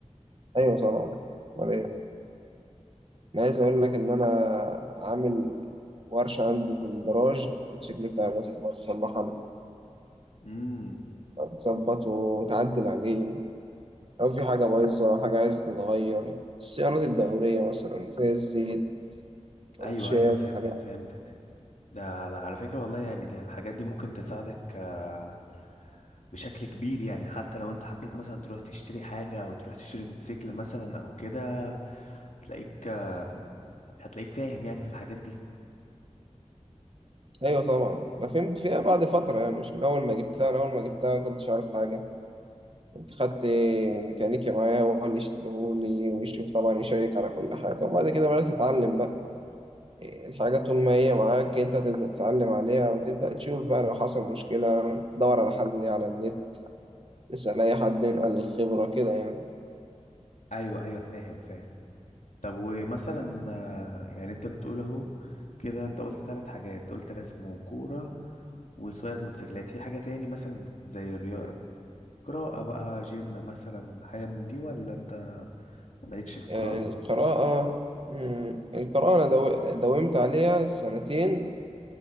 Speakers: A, on the right; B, on the left.
A: ايوه طبعا امال ايه انا عايز اقول لك ان انا عامل ورشة عندي في الجراج الموتوسيكل بتاعي بس بصلحها انا.
B: امم
A: تظبطه وتعدل عليه لو في حاجة بايظة حاجة عايزة تتغير السيارات الدورية مثلا زي الزيت كاوتشات
B: ايوه ايوه فهمتك
A: حاجات
B: فهمتك ده على على فكرة والله يعني دي الحاجات دي ممكن تساعدك آه، بشكل كبير يعني حتى لو انت حبيت مثلا تروح تشتري حاجة او تروح تشتري موتوسيكل مثلا او كده تلاقيك آه، هتلاقيك فاهم يعني في الحاجات دي
A: أيوة طبعا أنا فهمت فيها بعد فترة يعني مش من أول ما جبتها أنا أول ما جبتها ما كنتش عارف حاجة كنت خدت ميكانيكي معايا هو اللي يشتريهولي ويشوف طبعا يشيك على كل حاجة وبعد كده بدأت تتعلم بقى الحاجة طول ما هي معاك أنت تبدأ تتعلم عليها وتبدأ تشوف بقى لو حصل مشكلة دور على حل ليه على النت تسأل أي حد من أهل الخبرة كده يعني.
B: ايوه ايوه فاهم فاهم طب ومثلا آه، يعني انت بتقول اهو كده انت قلت ثلاث حاجات قلت رسم وكورة وسواقة موتوسيكلات في حاجة تاني مثلا زي الرياضة قراءة بقى جيم مثلا حاجة من دي ولا انت مالكش في القراءة
A: القراءة مم، القراءة أنا دو... داومت عليها سنتين